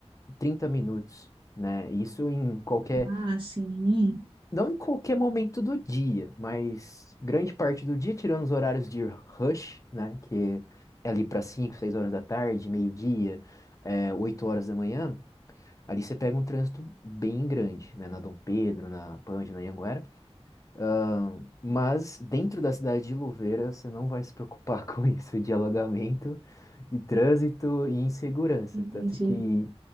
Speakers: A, on the left; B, on the right.
A: 30 minutos, né? Isso em qualquer,
B: ah, sim,
A: não em qualquer momento do dia, mas grande parte do dia, tirando os horários de rush, né? Que é ali para 5 6 horas da tarde, meio-dia, é, 8 horas da manhã. Ali você pega um trânsito bem grande, né? Na Dom Pedro, na Pândio, na Anhanguera. Ah, mas dentro da cidade de Louveira, você não vai se preocupar <laughs> com isso, de alagamento, de trânsito e insegurança.
B: entendi.
A: Tanto que